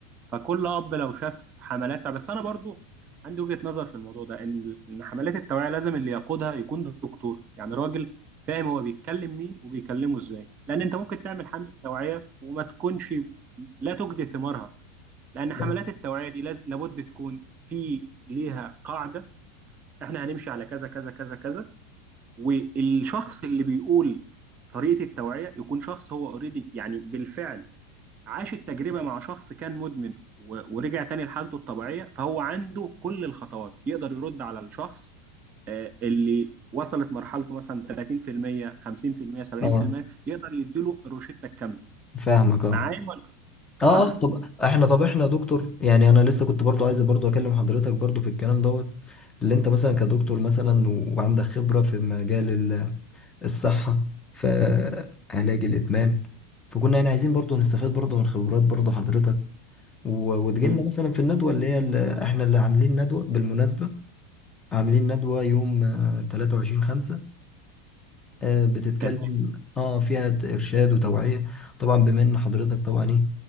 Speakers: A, on the right; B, on the left.
A: فكل اب لو شاف حملات بس انا برضو عندي وجهة نظر في الموضوع ده ان ان حملات التوعية لازم اللي يقودها يكون دكتور يعني راجل فاهم هو بيتكلم مين وبيكلمه ازاي لان انت ممكن تعمل حملة توعية وما تكونش لا تجدي ثمارها لان حملات
B: اه
A: التوعية دي لاز- لابد تكون في ليها قاعدة احنا هنمشي على كذا كذا كذا كذا والشخص اللي بيقول طريقة التوعية يكون شخص هو اوريدي يعني بالفعل عاش التجربة مع شخص كان مدمن و- ورجع تاني لحالته الطبيعية فهو عنده كل الخطوات يقدر يرد على الشخص آه، اللي وصلت مرحلته مثلا 30% 50% 70%
B: اه.
A: يقدر يديله الروشتة الكاملة
B: فاهمك اه
A: معايا ولا صح؟
B: اه آه، طب احنا طب احنا يا دكتور يعني انا لسه كنت برضو عايز برضو اكلم حضرتك برضو في الكلام دوت اللي انت مثلا كدكتور مثلا و- وعندك خبرة في مجال ال- الصحة في علاج الادمان فكنا يعني عايزين برضو نستفاد برضو من خبرات برضو حضرتك و- وتجيلنا
A: مم.
B: مثلا في الندوة اللي هي اللي احنا اللي عاملين ندوة بالمناسبة عاملين ندوة يوم 23 5 آه، بتتكلم
A: تمام
B: اه فيها ت- ارشاد وتوعية طبعا بما ان حضرتك طبعا ايه